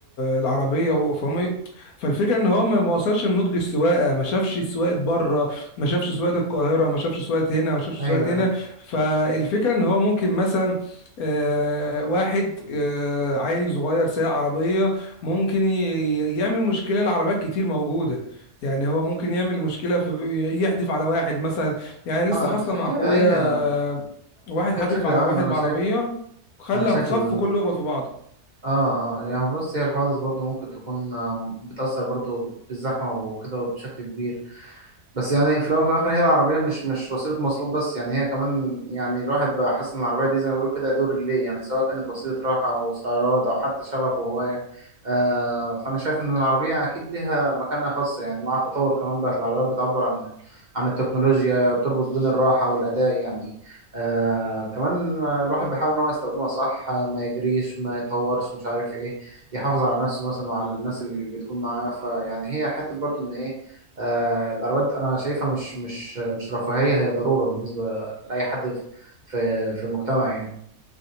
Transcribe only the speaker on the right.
أيوه
أيوه
آه
لا،
هي
هي
هي بشكل
عام
أنا
شايف
أنا شايف
ال
اه اه يعني بص هي الحوادث برضو ممكن تكون آه، بتأثر برضو بالزحمة وكده بشكل كبير بس يعني في الاول وفي الاخر هي عربيه مش مش وسيله مواصلات بس يعني هي كمان يعني الواحد بقى حاسس ان العربيه دي زي ما بيقولوا كده دور رجليه يعني سواء كانت وسيله راحه او استعراض او حتى شغف وهوايه آه فانا شايف ان العربيه اكيد ليها مكانة خاصه يعني مع التطور كمان بقت العربيات بتعبر عن عن التكنولوجيا بتربط بين الراحه والاداء يعني آه كمان الواحد بيحاول ان هو يستخدمها صح آه، ما يجريش ما يتهورش مش عارف ايه يحافظ على نفسه مثلا وعلى الناس اللي بتكون معاه فيعني هي حته برضو ان ايه آه، العربيات انا شايفها مش مش مش رفاهية هي ضرورة بالنسبة لأي حد في في في المجتمع يعني